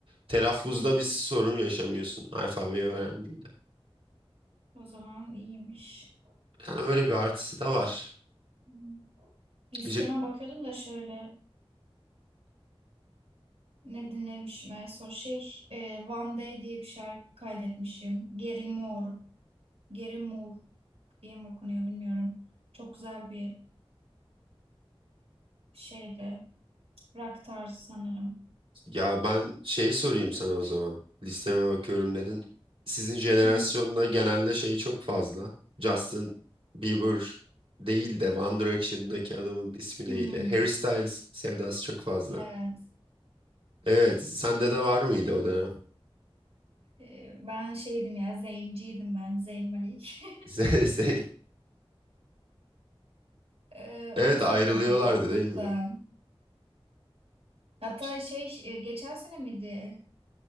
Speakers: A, on the right; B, on the right.
A: telaffuzda bir sorun yaşamıyorsun alfabeyi öğrendiğinde.
B: O zaman iyiymiş.
A: Yani öyle bir artısı da var.
B: Hı. Listeme
A: Ce-
B: bakıyordum da şöyle ne dinlemişim en son şey e, One Day diye bir şarkı kaydetmişim. Gary Moore, Gary Moore diye mi okunuyor bilmiyorum. Çok güzel bir şeydi. Rock tarzı sanırım.
A: Ya ben şey sorayım sana o zaman. Listeme bakıyorum dedin. Sizin jenerasyonda
B: Hı hı.
A: genelde şey çok fazla. Justin Bieber değil de One Direction'daki adamın ismi
B: Hmm,
A: neydi? Harry Styles sevdası çok fazla.
B: evet.
A: Evet, sende de var mıydı o dönem?
B: E, ben şeydim ya Zayn'ciydim ben Zayn Malik. <laughs>
A: <laughs> Ze- Ze-
B: E, onu
A: Evet
B: seviyordum
A: ayrılıyorlardı
B: o gruptan.
A: değil mi?
B: Hatta
A: İşte-
B: şey e, geçen sene miydi?